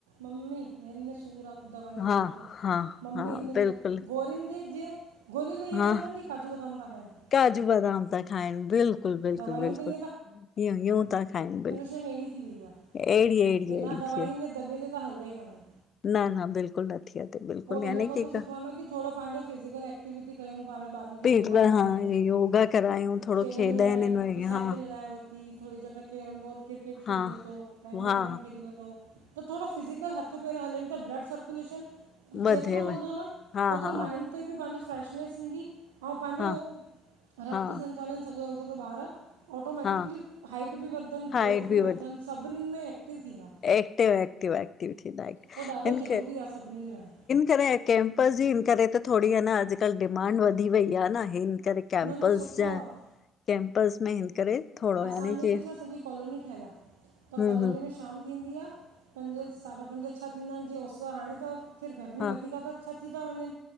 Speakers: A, on the right; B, on the left.
A: मम्मी हिन में सूर आ दवाई
B: हा
A: ॾेई रखो।
B: हा
A: मम्मी
B: हा
A: हिन में
B: बिल्कुलु
A: गोरिुनि जी जीअं गोरियूं त इअं
B: हा
A: खाईंदाइन जिऐ काजू बदाम था खाइनि।
B: काजू बदाम था खाइनि बिल्कुलु- बिल्कुलु-
A: दवाइयूं
B: बिल्कुलु
A: त
B: इय यूं था खाइनि बिल्कुलु
A: कण्डिशन अहिड़ी थी वई आ।
B: अहिड़ी अहिड़ी
A: बिना
B: अहिड़ी
A: दवााइनि
B: थी वई
A: जे दॿे ते त हलंदा ई काननि।
B: न -न बिल्कुलु नथी अचे बिल्कुलु
A: इन
B: याने
A: खां
B: की
A: त सुठो आहे न की थोरो पंहिंजो फिज़िकल ऐक्ट ऐक्टिविटी कयूं पाण ॿारनि खे
B: पेट
A: योगा
B: लाइ
A: करायूं,
B: हा योगा करायूं थोरो
A: खेॾण
B: खेॾाइनि
A: लाइ
B: हिन में
A: साइकिल
B: हा
A: हलाए वठि थोरी झटि कैरम बोर्ड, क्रिकेट खेडि
B: हा
A: वरतो, बैडमिंटन
B: हा
A: खेडि वरतो। त थोरो फिज़िकल हथ- पेर हलनि ता ब्लड सर्कुलेशन जेतिरो
B: वधेव
A: हलंदो
B: हा
A: न ओतिरो
B: हा
A: माइंड उते बि पंहिंजो फ्रेशनस ईंदी पंहिंजो
B: हा
A: रक्त
B: हा
A: संचालन सजो हलंदो त ॿार, ऑटॉमेटिक
B: हा
A: हाईट बि वधनि,
B: हाइट
A: ग्रोथ बि
B: वधे
A: वधनि सभिनि में थींदा
B: एक्टिव- एक्टिव -एक्टिव थींदा हिन
A: उहो ॾाढो ज़रूरी आहे सभिनीनि लाइ
B: करे कैम्पस जी हिन करे त थोरी ह न अॼुकल्ह डिमांड वधी वई आ न हिन करे। कैंमपस
A: न न सुठो
B: जा
A: आहे
B: कैम् कैम्पस में हिन करेे थोड़ो
A: असांजे
B: याने कीअ
A: बि छा सॼी कॉलोनी ठहियलु आहे त
B: हम्
A: कॉलोनी
B: -हम्।
A: में शाम थींदी आ। पंजे साढा पंज छह थींदा आहिनि जीअं उस हाणे त खैर गर्मी
B: हा
A: वधीक त छ थी था वञनि,